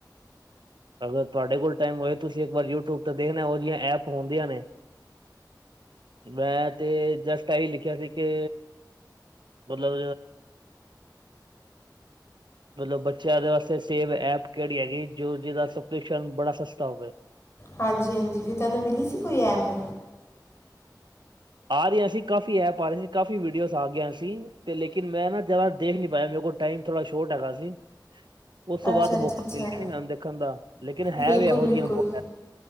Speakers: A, on the right (about 85°); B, on the left (about 35°).
A: ਅਗਰ ਤੋਆਡੇ ਕੋਲ ਟਾਈਮ ਹੋਏ ਤੁਸੀ ਏੱਕ ਵਾਰ ਯੂਟਿਊਬ ਤੇ ਦੇਖਣਾ ਓਹਦੀਆਂ ਐਪ ਹੋਂਦੀਆਂ ਨੇ। ਮੈਂ ਤੇ ਜਸਟ ਐਈ ਲਿਖਿਆ ਸੀ ਕੇ ਮਤਲਬ ਮਤਲਬ ਬੱਚੇਆਂ ਦੇ ਵਾਸਤੇ ਸੇਵ ਐਪ ਕੇੜੀ ਹੈਗੀ ਜੋ ਜਿਦਾ ਸਬਸਕ੍ਰਿਪਸ਼ਨ ਬੜਾ ਸਸਤਾ ਹੋਵੇ।
B: ਹਾਂਜੀ-ਹਾਂਜੀ ਫਿਰ ਤੁਆਨੂੰ ਮਿਲੀ ਸੀ ਕੋਈ ਐਪ?
A: ਆ ਰਈਆਂ ਸੀ, ਕਾਫੀ ਐਪ ਆ ਰੀ ਸੀ, ਕਾਫੀ ਵੀਡੀਓਜ਼ ਆ ਗੀਆਂ ਸੀ ਤੇ ਲੇਕਿਨ ਮੈਂ ਨਾ ਜਿਆਦਾ ਦੇਖ ਨੀ ਪਾਇਆ ਮੇਰੇ ਕੋਲ ਟਾਈਮ ਥੋੜ੍ਹਾ ਸ਼ੋਰਟ ਹੈਗਾ ਸੀ। ਓਸ ਤੋਂ
B: ਅੱਛਾ
A: ਬਾਦ
B: ਅੱਛਾ
A: ਮੌਕਾ
B: ਅੱਛਾ
A: ਮਿਲਿਆ ਨੀ ਮੈਨੂੰ ਦੇਖਣ ਦਾ, ਲੇਕਿਨ
B: ਬਿਲਕੁਲ
A: ਹੈ ਵੀ ਐਹੋ
B: ਬਿਲਕੁਲ
A: ਜਿਹੀਆਂ <unintelligible>